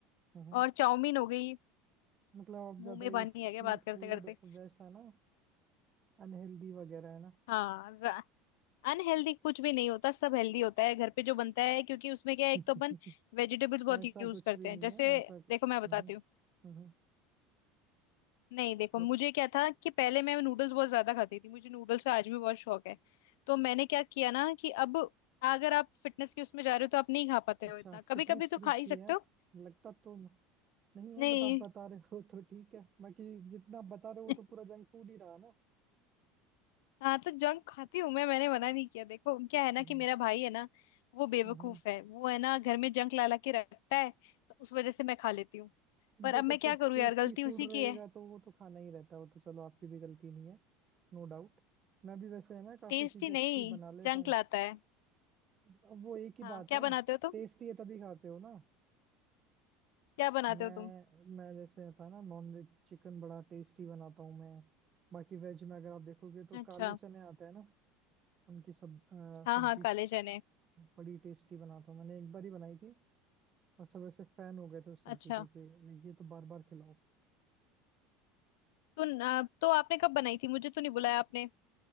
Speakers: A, on the right; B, on the left.
A: हम्म
B: और चाउमीन हो गई
A: मतलब आप
B: मुंह
A: ज्यादा
B: में
A: ये
B: पानी
A: स्ट्रीट
B: आ गया बात करते
A: फूड
B: करते
A: वैसा ना अनहेल्दी वगैरह है ना
B: हाँ अनहेल्दी कुछ भी नहीं होता सब हेल्दी होता है घर पे जो बनता है क्योंकि उसमें क्या है
A: <laughs>
B: एक तो अपन वेजिटेबल्स बहुत
A: ऐसा
B: यूज
A: कुछ
B: करते
A: भी
B: हैं
A: नहीं
B: जैसे
A: है ऐसा
B: देखो मैं बताती
A: हम्म
B: हूँ
A: हम्म
B: नहीं देखो
A: बता
B: मुझे क्या था कि पहले मैं नूडल्स बहुत ज्यादा खाती थी मुझे नूडल्स का आज भी बहुत शौक है तो मैंने क्या किया ना कि अब अगर आप फिटनेस के उसमें जा रहे हो तो आप नहीं खा पाते
A: अच्छा
B: हो इतना कभी
A: फिटनेस
B: कभी तो
A: फ्रीक
B: खा ही
A: भी
B: सकते
A: है आप
B: हो
A: लगता तो नहीं है
B: नहीं
A: बट आप बता रहे हो तो ठीक है बाकी जितना आप बता रहे हो वो
B: <laughs>
A: तो पूरा जंक फूड ही रहा ना
B: हाँ तो जंक खाती हूँ मैं मैंने मना नहीं किया देखो क्या है ना
A: हम्म
B: कि मेरा भाई है ना वो बेवकूफ
A: हम्म
B: है वो है ना घर में जंक ला ला के रखता है तो उस वजह से मैं खा लेती हूँ
A: अब
B: पर
A: देखो
B: अब मैं
A: टे,
B: क्या करूँ
A: टेस्टी
B: यार गलती
A: फूड
B: उसी की
A: रहेगा
B: है
A: तो वो तो खाना ही रहता है वो तो चलो आपकी भी गलती नहीं है No doubt मैं भी वैसे है ना काफी
B: टेस्ट
A: चीजें
B: ही
A: अच्छी
B: नहीं
A: बना लेता
B: जंक
A: हूँ
B: लाता है
A: अब वो एक ही
B: हाँ
A: बात
B: क्या
A: है
B: बनाते हो तुम
A: टेस्टी है तभी खाते हो ना
B: क्या बनाते
A: मैं
B: हो तुम
A: मैं जैसे था ना नॉन वेज चिकन बड़ा टेस्टी बनाता हूँ मैं बाकी वेज में अगर आप देखोगे तो
B: अच्छा
A: काले चने आते हैं ना उनकी सब अ,
B: हाँ
A: सब्जी
B: हाँ काले चने
A: बड़ी टेस्टी बनाता हूँ मैंने एक बार ही बनाई थी और सब ऐसे फैन हो गए थे उस सब्जी
B: अच्छा
A: के कि like, ये तो बार बार खिलाओ
B: तो न- तो आपने कब बनाई थी मुझे तो नहीं बुलाया आपने